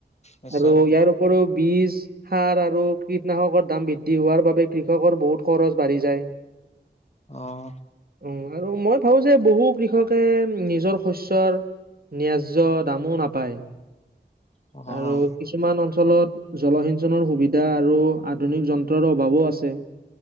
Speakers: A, on the left; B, on the right.
A: নিশ্চয়
B: আৰু ইয়াৰ উপৰিও বীজ সাৰ আৰু কীটনাশকৰ দাম বৃদ্ধি হোৱাৰ বাবে কৃষকৰ বহুত খৰচ বাঢ়ি যায়
A: আহ
B: উ আৰু মই ভাবো যে বহু কৃষকে নিজৰ শস্যৰ ন্যয্য দামো নাপায়
A: অ',
B: আৰু কিছুমান অল। অঞ্চলত জলসিঞ্চনৰ সুবিধা আৰু আধুনিক যন্ত্ৰৰ অভাৱো আছে